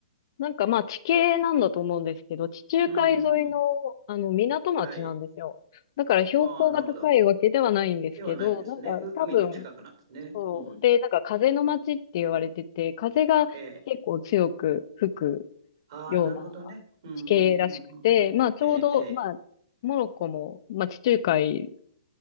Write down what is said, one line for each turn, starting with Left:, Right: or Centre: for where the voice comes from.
Left: なんかまあ地形なんだと思うんですけど、地中海沿いの、
Right: うーん、
Left: あの港町なんですよ。
Right: はい。
Left: だから標高が高いわけではないんですけど、
Right: ああ、なるほど。ではないんですね。
Left: なんか多分
Right: う、海の近くなんですね。
Left: そう。
Right: うん。
Left: で、なんか風の街って言われてて、風が結構強く吹く
Right: ええ。ああ、
Left: ような
Right: なるほどね。うんうんうんうんうん。
Left: 地形らしくて、まあちょうど、
Right: ええ、ええ。
Left: まあ、モロッコも、まあ地中海